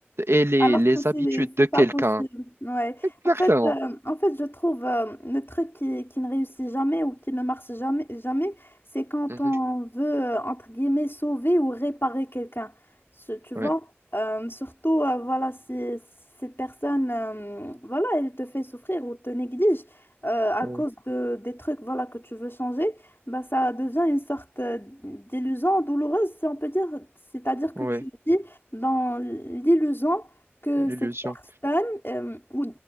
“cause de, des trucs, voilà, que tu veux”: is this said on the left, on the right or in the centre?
Left